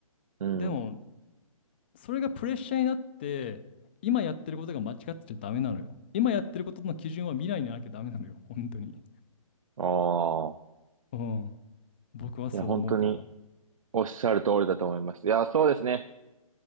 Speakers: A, on the right; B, on the left.
A: うん。
B: でも、それがプレッシャーになって、今やってることが間違ってちゃダメなのよ。今やってることの基準は未来になきゃダメなのよ、本当に。
A: ああ。
B: うん。僕はそう思うかも。
A: いや、本当におっしゃる通りだと思います。いや、そうですね。